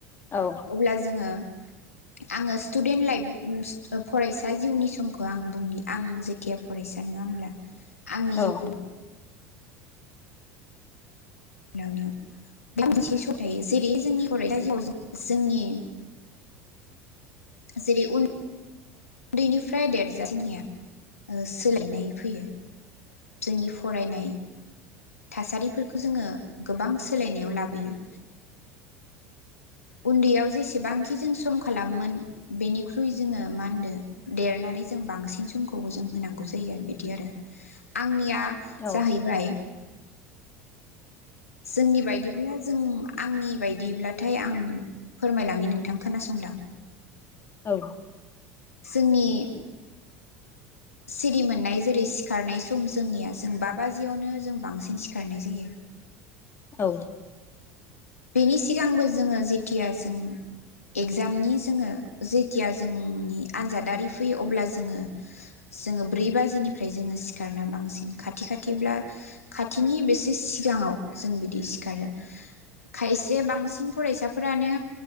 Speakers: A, on the left; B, on the left.
A: औ
B: अब्ला जोङो आंङो स्टुडेन्ट लाइफ फरायसा जिउनि समखौ आं बुंनि आं जेथिया फरायसा नङा होमब्ला आंनि
A: औ
B: जिउखौ <unintelligible> बेयाव मोनसे सथायो जेरै जोंनि <unintelligible> जोंनि जेरै उन उन्दैनिफ्राय देरजासिमनिया सोलायनाय फैयो। जोंनि फरायनाय थासारिफोरखौ जोङो गोबां सोलायनायाव लाबोयो। उन्दैयाव जेसेबांखि जों सम खालामोन बेनिख्रुइ जोङो मा होनदों देरनानै जों बांसिन समखौबो जों होनांगौ जायो आरो बिदि आरो आं आंनिया
A: औ
B: जाहैबाय जोंनि बायदिब्ला जों आंनि बायदिब्लाथाय आं फोरमायलांनि नोंथां खोनासंलां।
A: औ
B: जोंनि सिरि मोननाय जेरै सिखारनाय सम जोंनिया जों बा बाजियावनो जों बांसिन सिखारनाय जायो।
A: औ
B: बेनि सिगांबो जोङो जेथिया जों एगजामनि जोङो जेथिया जोंनि आनजादारि फैयो अब्ला जोङो जोङो ब्रै बाजिनिफ्राय जोङो सिखारना बांसिन खाथि खाथिब्ला खाथिनि बेसे सिगाङाव जों बिदि सिखारो। खायसे बांसिन फरायसाफोरानो